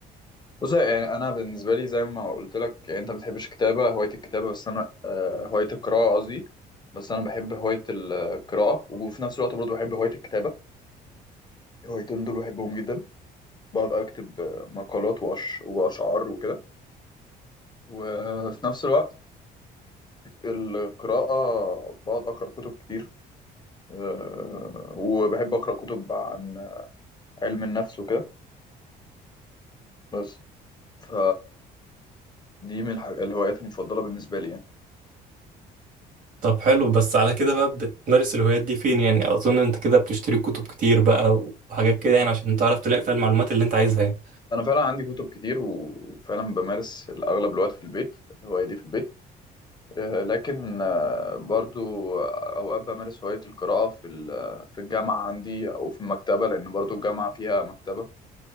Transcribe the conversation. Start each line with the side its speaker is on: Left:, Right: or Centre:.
Left: بص يعني أنا بالنسبة لي زي ما قلت لك يعني أنت ما بتحبش الكتابة هواية الكتابة بس أنا آه، هواية القراءة قصدي بس أنا بحب هواية القراءة وفي نفس الوقت برضه بحب هواية الكتابة الهوايتين دول بحبهم جدا بقعد أكتب آه، مقالات وأش... وأشعار وكده وفي نفس الوقت القراءة بقعد أقرأ كتب كتير آه، وبحب أقرأ كتب عن علم النفس وكده بس ف دي من الح- الهوايات المفضلة بالنسبة لي يعني
Right: طب حلو بس على كده بقى بتمارس الهوايات دي فين يعني اظن انت كده بتشتري كتب كتير بقى وحاجات كده يعني عشان تعرف تلاقي فيها المعلومات اللي انت عايزها يعني
Left: أنا فعلا عندي كتب كتير وفعلا بمارس الأغلب الوقت في البيت الهواية دي في البيت آه، لكن آه، برضو أوقات بمارس هواية القراءة في ال- في الجامعة عندي أو في المكتبة لأن برضو الجامعة فيها مكتبة